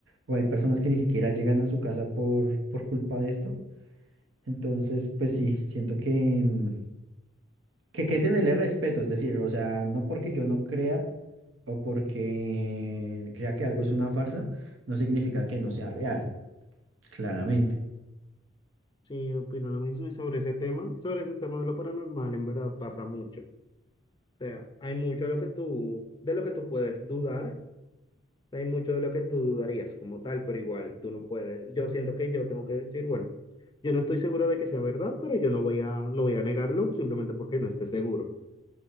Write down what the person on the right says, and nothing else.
o hay personas que ni siquiera llegan a su casa por, por culpa de esto. Entonces, pues sí, siento que, mm, que, que tenerle respeto, es decir, o sea, no porque yo no crea o porque crea que algo es una farsa, no significa que no sea real, claramente.